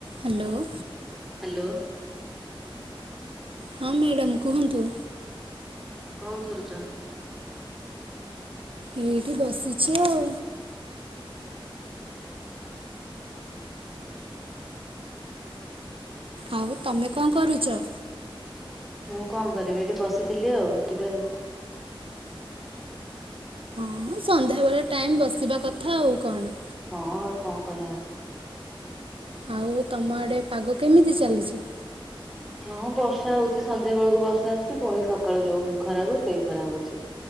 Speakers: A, on the right; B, in the centre.
A: Hello.
B: Hello.
A: ହଁ madam, କୁହନ୍ତୁ
B: କଣ କରୁଛ?
A: ଏଇଠି ବସିଛି ଆଉ। ଆଉ ତମେ କଣ କରୁଛ?
B: ମୁଁ କଣ କରିବି ଏଇଠି ବସିଥିଲି ଆଉ ଟିକେ
A: ହୁଁ ସନ୍ଧ୍ୟାବେଳେ ଟାଇମ୍ ବସିବା କଥା ଆଉ କଣ।
B: ହଁ ଆଉ କଣ କରା ହବ।
A: ଆଉ ତମ ଆଡ଼େ ପାଗ କେମିତି ଚାଲିଛି?
B: ହଁ ବର୍ଷା ହଉଛି, ସନ୍ଧ୍ୟାବେଳକୁ ବର୍ଷା ଆସୁଛି ପୁଣି ସକାଳୁ ଯୋଉ ଖରା କୁ ସେଇ ଖରା ହଉଛି।